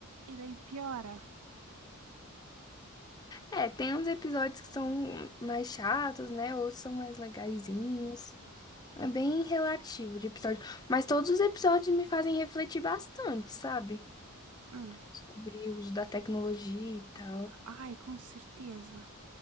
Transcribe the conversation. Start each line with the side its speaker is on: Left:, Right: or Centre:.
Right: E daí piora.
Left: É, tem uns episódios que são mais chatos, né? Outros são mais legaizinhos. É bem relativo de episódio. Mas todos os episódios me fazem refletir bastante, sabe?
Right: Hum.
Left: sobre o uso da tecnologia e tal.
Right: Ai, com certeza.